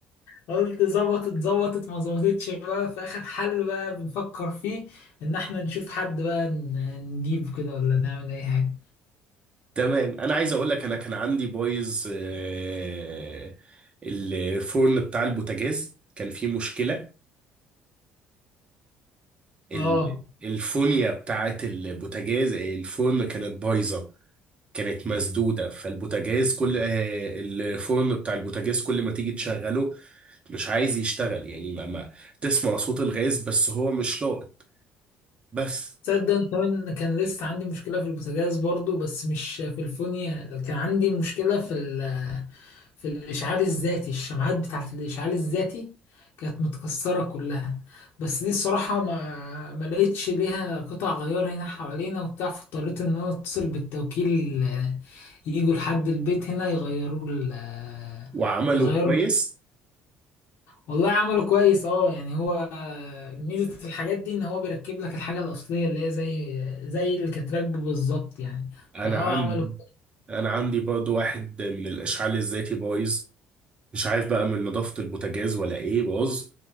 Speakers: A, on the left; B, on the right.
A: قلت ظبطت ظبطت ما ظبطتش بقى في اخر حل بقى بنفكر فيه ان احنا نشوف حد بقى ن- نجيبه كده ولا نعمل اي حاجه
B: تمام انا عايز اقول لك انا كان عندي بايظ آه، الفرن بتاع البوتاجاز كان فيه مشكلة ال-
A: اه
B: الفونيا بتاعت البوتاجاز الفرن كانت بايظة كانت مسدودة فالبوتاجاز كل آه، الفرن بتاع البوتاجاز كل ما تيجي تشغله مش عايز يشتغل يعني ما, ما تسمع صوت الغاز بس هو مش لاقط بس
A: تصدق أنا كمان كان لسه عندي مشكلة في البوتاجاز برضو بس مش في الفونيا كان عندي مشكلة في ال في الإشعال الذاتي الشمعات بتاعت الإشعال الذاتي كانت متكسرة كلها بس دي الصراحة ما ما لقيتش ليها قطع غيار هنا حوالينا وبتاع فاضطريت إن أنا أتصل بالتوكيل آه، يجوا لحد البيت هنا يغيروا ال آه،
B: وعمله
A: يغيروا
B: كويس
A: والله عمله كويس اه يعني هو ميزة الحاجات دي ان هو بيركب لك الحاجة الأصلية اللي هي زي زي اللي كانت راكبه بالظبط يعني
B: انا
A: فهو
B: عندي
A: عمله
B: انا عندي برضو واحد من الاشعال الذاتي بايظ مش عارف بقى من نظافة البوتاجاز ولا ايه باظ